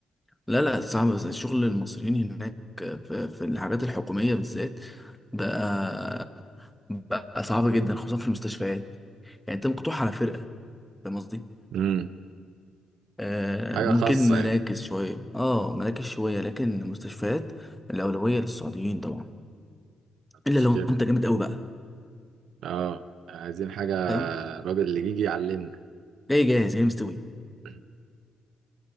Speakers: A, in the centre; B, on the right.
A: لا لا صعب بس الشغل المصريين هناك في, في الحاجات الحكومية بالذات بقى بقى صعب جدا خصوصا في المستشفيات يعني انت مقطوع على فرقة فاهم قصدي؟
B: امم
A: آه
B: حاجة
A: ممكن
B: خاصة
A: مراكز
B: يعني
A: شوية اه مراكز شوية لكن المستشفيات الأولوية للسعوديين طبعا إلا
B: مش
A: لو
B: كده
A: انت جامد قوي بقى
B: اه عايزين حاجة
A: فاهم؟
B: راجل اللي يجي يعلمنا
A: جاي جاهز جاي مستوي
B: <clears throat>